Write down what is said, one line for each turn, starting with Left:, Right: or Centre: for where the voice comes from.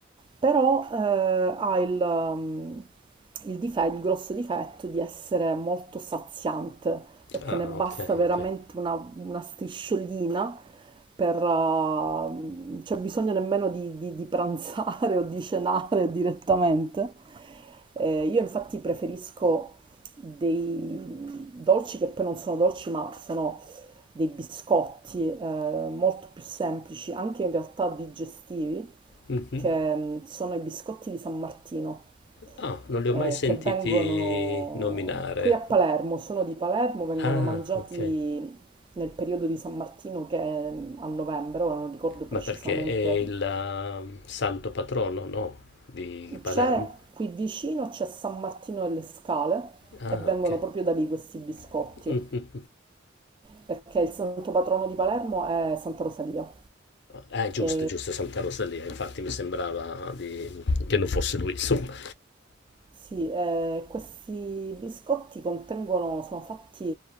Right: però eh, ha il, mm, il dife- il grosso difetto di essere molto saziante, perché
Left: ah,
Right: ne basta
Left: ok,
Right: veramente
Left: ok.
Right: una, una strisciolina per... eh, c'è bisogno nemmeno di, di- di pranzare o di cenare direttamente. Eh, io infatti preferisco dei dolci che poi non sono dolci, ma sono dei biscotti eh, molto più semplici, anche in realtà digestivi,
Left: Mhm.
Right: che mh, sono i biscotti di San Martino,
Left: Ah, non li ho
Right: eh,
Left: mai sentiti
Right: che vengono
Left: nominare.
Right: qui a Palermo, sono di Palermo, vengono
Left: Ah,
Right: mangiati
Left: ok.
Right: nel periodo di San Martino che è mm, a novembre, ora non ricordo precisamente.
Left: Ma perché è il um, santo patrono, no? Di Palermo?
Right: C'è qui vicino, c'è San Martino delle Scale
Left: Ah,
Right: e vengono
Left: ok.
Right: proprio da lì questi biscotti.
Left: <laughs> Mhm.
Right: perché il santo patrono di Palermo è Santa Rosalia.
Left: Ah, giusto,
Right: E
Left: giusto, Santa Rosalia. Infatti mi sembrava di- che non fosse lui, insomma.
Right: sì, eh, questi biscotti contengono, sono fatti,